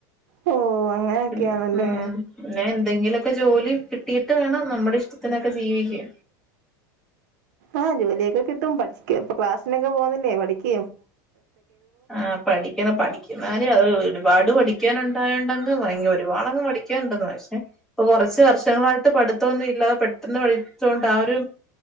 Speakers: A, on the right; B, in the centre.
A: ഓ അങ്ങനെയൊക്കെയാണല്ലേ
B: ഉ പിന്നെ എന്തെങ്കിലൊക്കെ ജോലി കി കിട്ടീട്ട് വേണം നമ്മുടെ ഇഷ്ടത്തിനൊക്കെ ജീവിക്ക
A: ആ ജോലിയൊക്കെ കിട്ടും പഠിക്ക് ഇപ്പൊ ക്ലാസ്സിനൊക്കെ പോണില്ലേ പഠിക്ക്
B: ആ പഠിക്കണം പഠിക്കുന്നേ കാര്യം <unintelligible> ഒരുപാട് പഠിക്കാനുണ്ടായണ്ടങ്ങ് ഭയങ്കര ഒരുപാട്ങ്ങ് പഠിക്കാനുണ്ട് പക്ഷേ ഇപ്പൊ കുറച്ച് വർഷങ്ങളായിട്ട് പഠിത്തൊന്നുല്ലാതെ പെട്ടെന്ന് പഠിച്ചൊണ്ട് ആ ഒരു